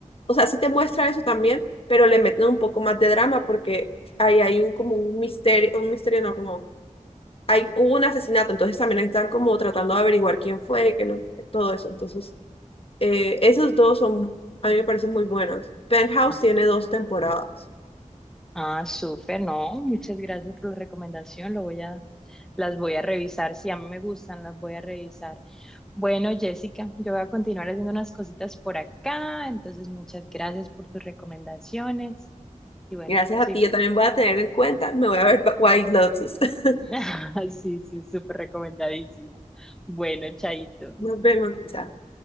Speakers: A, on the left; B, in the centre.
A: O sea, sí te muestra eso también, pero le meten un poco más de drama porque ahí hay un como un misterio, un misterio no, como hay, hubo un asesinato, entonces también están como tratando de averiguar quién fue, que no, todo eso. Entonces, eh, esos dos son, a mí me parecen muy buenos. Penthouse
B: Ah,
A: tiene dos temporadas.
B: ah, súper, no, muchas gracias por la recomendación. Lo voy a, las voy a revisar. Si a mí me gustan, las voy a revisar. Bueno, Jessica, yo voy a continuar haciendo unas cositas por acá. Entonces, muchas gracias por tus recomendaciones. Y bueno,
A: Gracias
B: sí.
A: a ti, yo también voy a tener en cuenta, me voy a ver White Lotus.
B: <laughs>
A: <laughs>
B: Sí, sí, súper recomendadísimo. Bueno, chaito.
A: Nos vemos, chao.